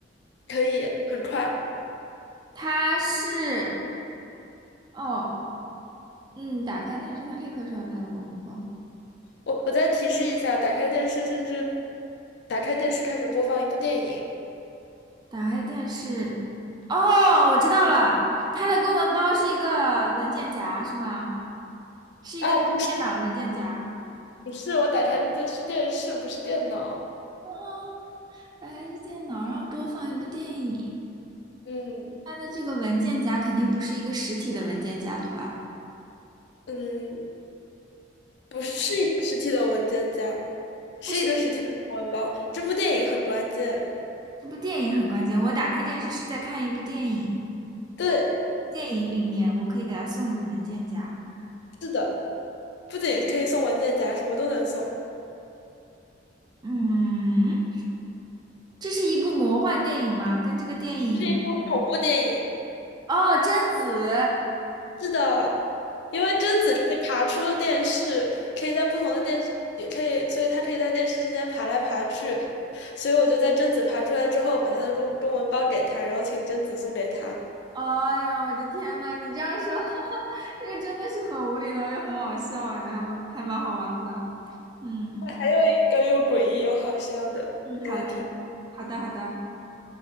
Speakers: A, on the left; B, on the right.
A: 可以很快。
B: 它是，哦，嗯，打开电视，它立刻收到它的公文包。
A: 我我再提示一下，打开电视，甚至打开电视开始播放一部电影
B: 打开电视，哦，我知道了，它的公文包是一个文件夹，是吗？是一个那个电脑文件夹。
A: 啊，不是不是，我打开的电视电视不是电脑，
B: 哦，它还是电脑上播放一部电影，
A: 嗯
B: 它的这个文件夹肯定不是一个实体的文件夹，对吧？
A: 嗯，不是是一个实体的文件夹，是一个实体的公文包。
B: 它是
A: 这部电影很关键，
B: 这部电影很关键。我打开电视是在看一部电影，
A: 对，
B: 电影里面我可以给它送一个文件夹。
A: 是的，不仅可以送文件夹，什么都能送。
B: 嗯，这是一部魔幻电影吗？跟这个电影
A: 是一部恐怖电影。
B: 哦，贞子。
A: 是的，因为贞子可以爬出电视，可以在不同的电视，也可以，所以她可以在电视之间爬来爬去。所以我就在贞子爬出来之后，把她的中中文包给她，然后请贞子送给她。
B: 哎呀，我的天呐，你这样说，<laughs> 这个真的是很无厘头又很好笑哎，还蛮还蛮好玩的。嗯
A: 还有一个又诡异又好笑的，
B: 嗯，
A: 你要听吗？
B: 好嘞，好的好的。